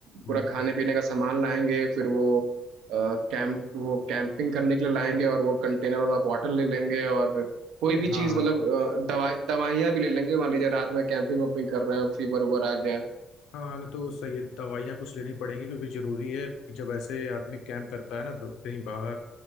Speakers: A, on the left; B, on the right.
A: हम्म
B: पूरा खाने पीने का सामान लाएंगे फिर वो कैंप वो कैंपिंग करने के लिए लाएंगे और वो कंटेनर वाला बॉटल ले लेंगे और कोई भी
A: हाँ
B: चीज
A: हाँ
B: मतलब अ, दवाई दवाइयाँ भी ले लेंगे मान लीजिए रात में कैंपिंग वैम्पिंग कर रहे हैं फीवर उबर आ गया
A: हाँ ना तो सही है दवाइयाँ कुछ लेनी पड़ेंगी क्योंकि जरूरी है कि जब ऐसे आदमी कैंप करता है ना तो कहीं बाहर